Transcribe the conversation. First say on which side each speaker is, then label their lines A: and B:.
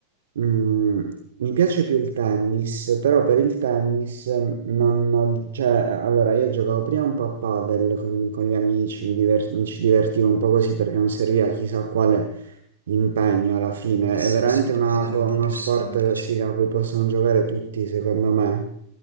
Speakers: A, on the right; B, on the right.
A: Mm, mi piace più il tennis, però per il tennis non ho, cioè, allora io giocavo prima un po' a padel con, con gli amici, mi, diver- mi ci divertivo un po' così perché non serviva chissà quale impegno alla fine.
B: Eh sì,
A: È veramente
B: sì, il
A: una
B: padel
A: co-
B: è un po'
A: uno
B: più
A: sport
B: semplice.
A: sì, a cui possono giocare tutti, secondo me.